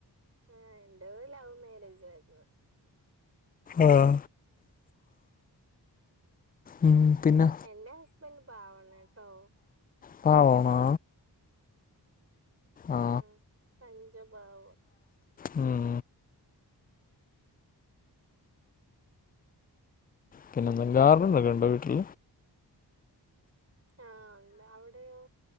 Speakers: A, on the right; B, on the left.
A: ഏഹ് എന്റെ ലവ് മാരേജ് ആയിരുന്നു
B: ആഹ് ഉം പിന്നെ
A: എന്റെ ഹസ്ബന്റ് പാവാണ് കെട്ടോ
B: പാവാണോ ആ
A: ആഹ് പഞ്ചപാവ
B: ഉം പിന്നെ എന്താ ഗാർഡനൊക്കെ ഉണ്ടോ വീട്ടിൽ
A: ആഹ് ഉണ്ട് അവിടെയോ